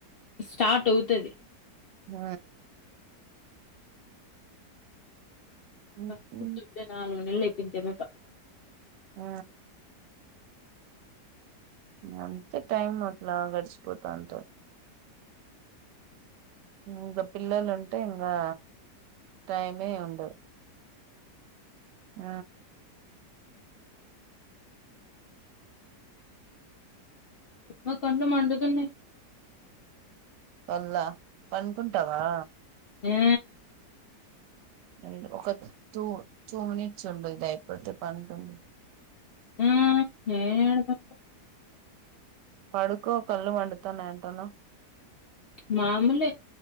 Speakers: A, on the left; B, on the right.
A: స్టాట్ ఔతది
B: హ హుహు.
A: బక్ రుత్ నలుగునెల్లైపోయింది తెర్వక
B: ఆ అంతె టైమ్ అట్లా గడ్చిపోతాంటా ఇంక పిల్లలు ఉంటే ఇంగా టైమే ఉండదు ఆ
A: మ కండ్లు మండుతున్నయ్
B: కళ్ళ పండుకుంటవా
A: యా
B: అ ఒక తూ తూ మినిట్స్ ఉండ దయపోడితే పని తండది
A: ఉమ్ నేనెండా
B: పడుకో కళ్ళు మండుతనై అంటానవు.
A: మాముూలే